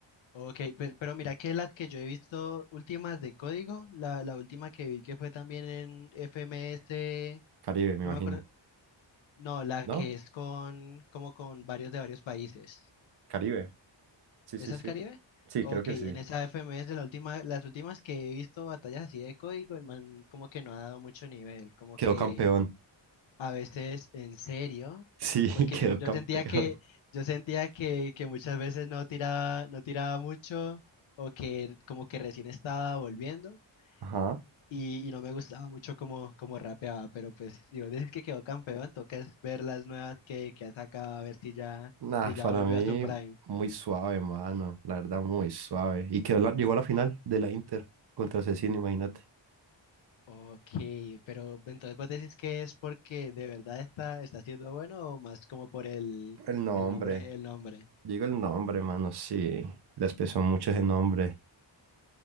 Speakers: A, on the left; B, on the right.
A: Ok, pero, pero mira que las que yo he visto últimas de código, la, la última que vi que fue también en FMS,
B: Caribe, me
A: no
B: imagino.
A: me acuerdo, no, la
B: ¿No?
A: que es con, como con varios de varios países.
B: Caribe. Sí, sí,
A: ¿Esa
B: sí.
A: es Caribe?
B: Sí,
A: Ok,
B: creo que
A: en
B: sí.
A: esa FMS la última, las últimas que he visto batallas así de código, el man como que no ha dado mucho nivel, como
B: Quedó
A: que
B: campeón.
A: a veces en serio,
B: Sí, <laughs>
A: porque
B: quedó
A: yo, yo
B: campeón.
A: sentía que, yo sentía que, que muchas veces no tiraba, no tiraba mucho, o que como que recién estaba volviendo,
B: Ajá.
A: y, y no me gustaba mucho como, como rapeaba, pero pues digo, decir que quedó campeón, toca es ver las nuevas que, que ha sacado, a ver si ya,
B: Nah,
A: si ya
B: para
A: volvió
B: mí,
A: a su prime.
B: muy suave, mano. La verdad, muy suave. Y quedó la- llegó a la final de la Inter contra Cecina, imagínate.
A: Ok, pero entonces vos decís que es porque de verdad está, está siendo bueno o más como por el,
B: El nombre.
A: el nombre, el nombre.
B: Digo el nombre, mano, sí. Les pesó mucho ese nombre.